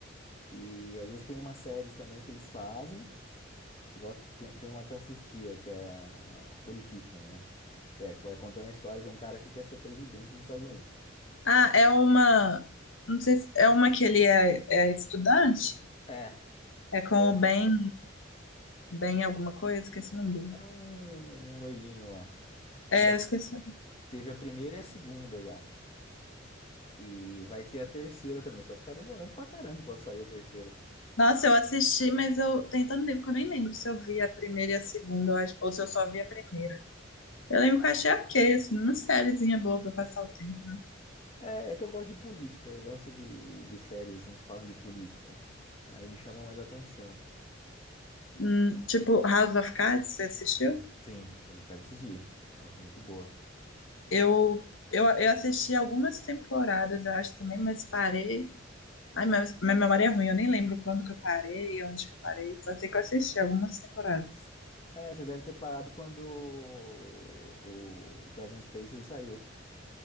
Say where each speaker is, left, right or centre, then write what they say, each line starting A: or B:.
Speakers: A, on the left; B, on the left.
A: E às vezes tem umas séries também que eles fazem, igual t- tem, tem uma que eu assistia, que é a Politician, né? É, é contando a história de um cara que quer ser presidente dos Estados Unidos.
B: Ah, é uma, não sei se, é uma que ele é, é estudante,
A: É,
B: é com
A: é,
B: o Ben, Ben alguma coisa, esqueci o nome dele.
A: é um, um loirinho lá,
B: É,
A: que já
B: eu esqueci.
A: teve a primeira e a segunda já. E vai ter a terceira também, só que tá demorando pra caramba pra sair a terceira.
B: Nossa, eu assisti, mas eu tem tanto tempo que eu nem lembro se eu vi a primeira e a segunda, eu acho- ou se eu só vi a primeira. Eu lembro
A: Ah,
B: que eu achei ok, assim, uma sériezinha boa pra passar o tempo.
A: é, é que eu gosto de política, eu gosto de, de séries assim que falam de política. Aí me chamou mais a atenção.
B: Hum, tipo, House of Cards, você assistiu?
A: Sim, Os Caras Decidir. Nossa, muito boa.
B: Eu, eu, eu assisti algumas temporadas, eu acho também, mas parei. Ai, minha, minha memória é ruim, eu nem lembro quando que eu parei, onde que eu parei. Só sei que eu assisti algumas temporadas.
A: É, você deve ter parado quando o, o Kevin Spacey saiu.